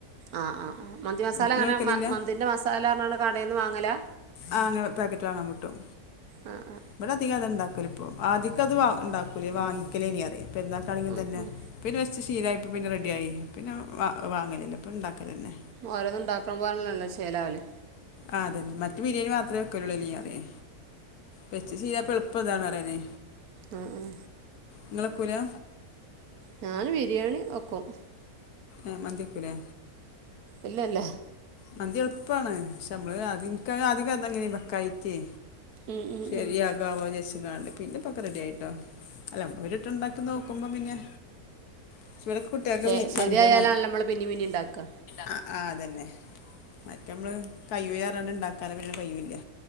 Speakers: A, on the right (about 75°); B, on the left (about 80°).
A: ആഹ് ആഹ് ആഹ് മന്തി മസാല
B: ഉം, നിങ്ങൾ
A: അങ്ങനെ
B: വെക്കലില്ല
A: മന്തിൻ്റെ മസാല ന്ന് പറഞ്ഞാണ്ട് കടേന്ന് വാങ്ങലാ
B: ആഹ് അങ്ങനെ പാക്കറ്റ് വാങ്ങാൻ കിട്ടും
A: ആ ആ
B: ഇവിടെ അധികം അതാ ഉണ്ടാക്ക ല് ഇപ്പോ ആദ്യക്കെ അത് ഉണ്ടാക്കൂലേ വാങ്ങിക്കലേനി പറയും പെരുന്നാള്ക്കാണെങ്കി
A: ഉം,
B: തന്നെ
A: ഉം.
B: പിന്നെ ച്ച് ശീലമായപ്പോ പിന്നെ റെഡി ആയി പിന്നെ വാങ്ങലില്ല ഇപ്പ ഇണ്ടാക്കലെന്നെ
A: ഓരോന്നും ഇണ്ടാക്കണം പോലെന്നെ ചേലാവല്
B: ആഹ് അതെന്നെ മറ്റ് ബിരിയാണി മാത്രേ വെക്കല്ലൂള്ളൂ അല്ലേറീയെ വെച്ച് ശീലായപ്പോ എളു പ്പം ഇതാണ് പറനെ
A: ഉം ഉം
B: ഇങ്ങള് വെക്കൂലാ
A: ഞാന് ബിരിയാണി വെക്കും
B: എഹ്‌ മന്തിവെക്കൂലേ
A: ഇല്ല ഇല്ല
B: മന്തി എളുപ്പാണ് പക്ഷേ നമ്മള് ആദ്യം ഇൻക് ഒക്കെ ആദ്യക്കെ അങ്ങനെന്ന് വെക്കാഞ്ഞിട്ടേ
A: ഉം ഉം
B: ശരിയാകാവോന്ന്
A: ഉം
B: വിചാരിച്ച്ങ്ങാണ്ട് പിന്നെ ഇപ്പോ ഒക്കെ റെഡിയായീട്ടോ അല്ല നമ്മള് ഒര് വട്ടംണ്ട് ഇണ്ടാക്കി നോക്കുമ്പോപിന്നെ പക്ഷേ ഇവിടെ ഒക്കെ കുട്ട്യാക്ക്‌
A: ശെ
B: മീ
A: ശരിയായാലാണല്ലോ
B: മന്ത്യാ മാ
A: നമ്മള് പിന്നിം പിന്നിം ഇണ്ടാക്കാ
B: ആഹ് അതെന്നെ മറ്റേ നമ്മള് കൈയ്യൂലാ പറഞ്ഞാണ്ട് ഇണ്ടാക്കാൻ പിന്നെ കയ്യുല്ല്യ